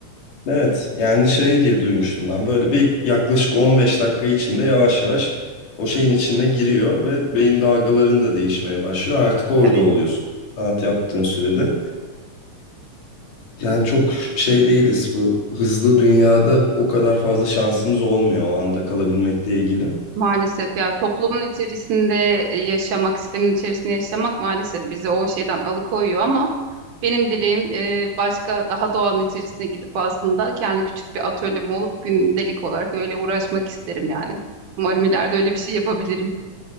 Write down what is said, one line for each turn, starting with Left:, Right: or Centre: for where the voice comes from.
Left: Evet, yani şey diye duymuştum ben. Böyle bir yaklaşık 15 dakika içinde yavaş yavaş o şeyin içine giriyor ve beyin dalgaların da değişmeye başlıyor. Artık orada
Right: Evet,
Left: oluyorsun. Sanat yaptığın sürede. Yani çok şey değiliz bu hızlı dünyada o kadar fazla şansımız olmuyor o anda kalabilmekle ilgili.
Right: maalesef ya toplumun içerisinde e, yaşamak, sistemin içerisinde yaşamak maalesef bizi o şeyden alıkoyuyor ama benim dileğim e, başka daha doğanın içerisine gidip aslında kendi küçük bir atölyem olup gündelik olarak öyle uğraşmak isterim yani. Umarım ileride öyle bir şey yapabilirim.